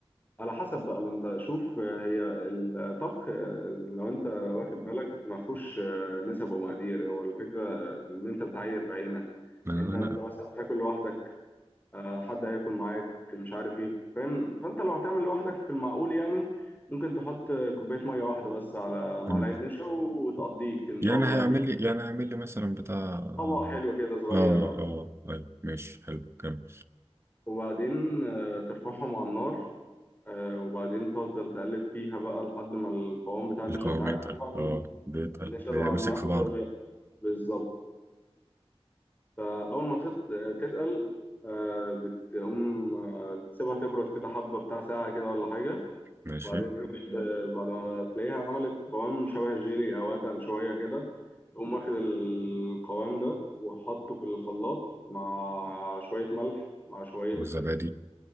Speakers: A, on the left; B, on the right.
A: على حسب بقى ما انت شوف آه، هي الطبخ آه، لو انت واخد بالك ما فيهوش آه، نسب ومقادير هو الفكرة آه، ان انت بتعاير بعينك
B: لا لا
A: ان انت مثلا هتاكل لوحدك آه، حد هياكل معاك مش عارف ايه فاهم فانت لو هتعمل لوحدك في المعقول يعني ممكن تحط آه، كوباية مية واحدة بس على معلقة
B: مم.
A: نشا وتقضيك ان
B: يعني
A: شاء الله
B: هيعمل
A: يعني.
B: لي يعني هيعمل لي مثلا بتاع اه
A: طبق حلو كده صغير آه.
B: اه طيب ماشي حلو كمل
A: وبعدين آه، ترفعهم على النار آه، وبعدين تفضل تقلب فيها بقى لحد ما القوام بتاع النشا
B: القوام
A: انت عارف
B: يتقل
A: طبعا
B: اه بيتقل
A: النشا
B: بيمسك
A: اللي على النار
B: في بعضه
A: آه، بالظبط فأول ما تت- تتقل آه، بتقوم آه، تسيبها تبرد كده حبة بتاع ساعة كده ولا حاجة
B: ماشي
A: وبعدين آه، بعد ما تلاقيها عملت قوام شبه الجيلي أو أتقل شوية كده تقوم واخد القوام ده وحطه في الخلاط مع شوية ملح مع شوية
B: والزبادي